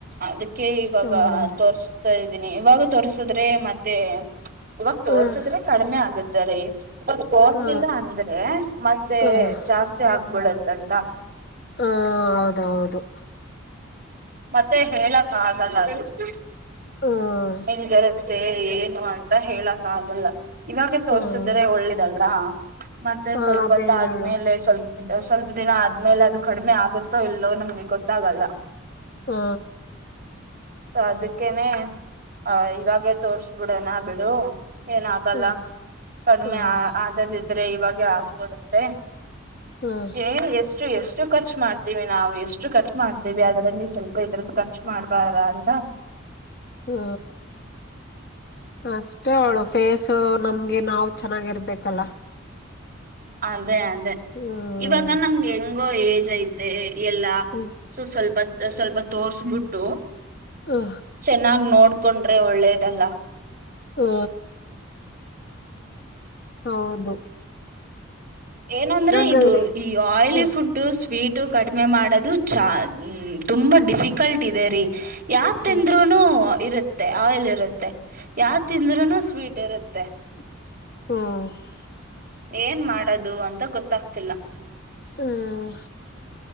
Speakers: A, on the right; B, on the left.
A: ಅದಕ್ಕೆ ಇವಾಗ
B: ಹ್ಮ್
A: ತೋರ್ಸ್ ಇದ್ದೀನಿ ಇವಾಗ ತೋರ್ಸುದ್ರೆ ಮತ್ತೆ ಇವಾಗ ತೋರ್ಸುದ್ರೆ
B: ಹ್ಮ್
A: ಕಡಿಮೆ ಆಗುತ್ತೆ. ಅಂದ ತೋರ್ಸಿಲ್ಲಾ
B: ಹ್ಮ್ ಹ್ಮ್
A: ಅಂದ್ರೆ ಮತ್ತೆ
B: ಹ್ಮ್
A: ಜಾಸ್ತಿ ಆಗ್ಬಿಡತ್ತಂತಾ.
B: ಹ ಹೌದೌದು.
A: ಮತ್ತೆ ಹೇಳಕ್ ಆಗಲ್ಲಾ ಅದು
B: ಹ್ಮ್
A: ಹೆಂಗ ಮತ್ತೆ ಏನು ಅಂತ ಹೇಳಕ್ ಆಗಲ್ಲ ಇವಾಗ ತೋರ್ಸಿದ್ರೆ
B: ಹ್ಮ್
A: ಒಳ್ಳಿದಲ್ಲಾ. ಮತ್ತೆ
B: ಹ
A: ಸ್ವಲ್ಪ
B: ಆಮೇಲೆ
A: ಹೊತ್ತ ಆದ್ಮೇಲೆ
B: ಹೇಳು
A: ಸ್ವಲ್ಪ ಸ್ವಲ್ಪ ದಿನ ಆದ್ಮೇಲೆ ಅದು ಕಡಿಮೆ ಆಗುತ್ತೆ ಇಲ್ಲೋ ನಮ್ಗೆ ಗೊತ್ತಾಗಲ್ಲಾ.
B: ಹಾ
A: ಅದಕ್ಕೇನೆ ಆ ಇವಾಗೇ ತೋರ್ಸ್ ಬಿಡೋನಾ ಬಿಡು. ಏನಾಗಲ್ಲಾ
B: ಹ್ಮ್
A: ಕಡಿಮೆ
B: ಹ್ಮ್
A: ಆದದಿದ್ರೆ ಇವಾಗೆ ಆಗ್ಬೋಹದತ್ತೆ.
B: ಹ್ಮ್
A: ಏನ್ ಎಷ್ಟು ಎಷ್ಟು ಖರ್ಚು ಮಾಡ್ತೀವಿ ನಾವು ಎಷ್ಟು ಖರ್ಚು ಮಾಡ್ತೀವಿ ಅದರಲ್ಲಿ. ಸ್ವಲ್ಪ ಇದ್ರ ಖರ್ಚು ಮಾಡ್ಬಾರ್ದ ಅಯ್ತ.
B: ಹಾ ಅಷ್ಟೇ ಅವಳು ಫೇಸ್ ನಮ್ಗೆ ನಾವು ಚೆನ್ನಾಗಿರ್ಬೇಕಲ್ಲಾ
A: ಅದೇ ಅದೇ
B: ಹ್ಮ್
A: ಇವಾಗ ನಮ್ಗೆ ಹೆಂಗೋ ಏಜ್ ಐತೆ ಎಲ್ಲಾ
B: ಹ್ಮ್
A: ಸೊ ಸ್ವಲ್ಪ ಸ್ವಲ್ಪ ತೋರ್ಸ್ಬಿಟ್ಟು.
B: ಹಾ
A: ಚೆನ್ನಾಗಿ ನೋಡ್ಕೊಂಡ್ರೆ ಒಳ್ಳೇದಲಾ
B: ಓ ಹೌದು
A: ಏನಂದ್ರೆ
B: ಹಂಗಾದ್ರೆ
A: ಇದು ಈ ಆಯಿಲಿ
B: ಹ್ಮ್
A: ಫುಡ್ ಸ್ವೀಟ್ ಕಡಿಮೆ ಮಾಡೋದು ಚಾ ತುಂಬ ಡಿಫ ಡಿಫಿಕಲ್ಟ್ ಇದೇರಿ ಯಾದು ತಿಂದ್ರೂನು
B: ಹ್ಮ್
A: ಇರುತ್ತೆ ಆಯಿಲ್ ಇರುತ್ತೆ. ಯಾವ್ದು ತಿಂದ್ರೂನು ಸ್ವೀಟ್ ಇರುತ್ತೆ.
B: ಹುಂ
A: ಏನ್ ಮಾಡೋದು ಅಂತಾ ಗೊತ್ತಾಗತಾ ಇಲ್ಲಾ
B: ಹುಂ